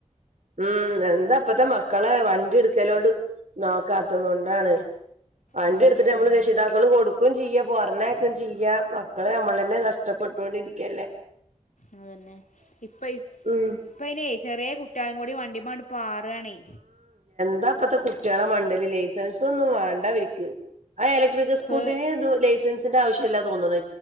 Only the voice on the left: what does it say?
ഉം
അതന്നെ
അതന്നെ ഇപ്പ ഇപ്പയ്നെ
ചെറിയ കുട്ടിയേൾ മുടി വണ്ടിമാട് പാറുവാണേ
ഇപ്പ